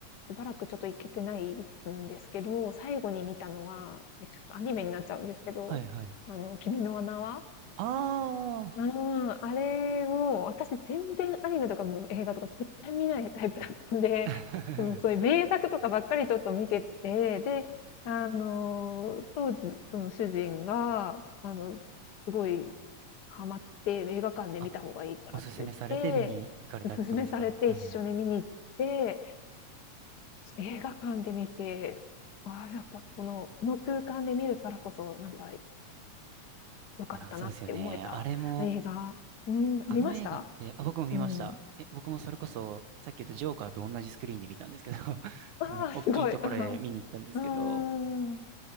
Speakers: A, on the left (about 70°); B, on the right (about 85°).
A: しばらくちょっと行けてないんですけど、最後に見たのは、え、ちょっとアニメになっちゃうんですけど、
B: はいはい。
A: あの、君の名は？
B: ああ。
A: うーん、あれを、私全然アニメとかも映画とか絶対見ないタイプだったんで、
B: <laughs>
A: <laughs> その、そういう名作とかばっかりちょっと見てて、で、あの、当時、その主人が、あの、すごいハマって、映画館で見た方がいいからって言って、
B: あ、おすすめされて見に行かれたってことですか。
A: <laughs> 勧めされて一緒に見に行って、
B: はいはい。
A: 映画館で見て、ああ、やっぱこの、この空間で見るからこそ、なんか良かったなって思えた映画、
B: いやー、そうですよね。あれも、
A: うん、
B: あの映画って、
A: 見ました？
B: あ、僕も見ました。
A: うん。
B: え、僕もそれこそ、さっき言ったジョーカーと同じスクリーンで見たんですけど、<laughs>
A: ああ、
B: あの、大きいところで見に行ったんですけど、
A: すごい。<laughs> ああー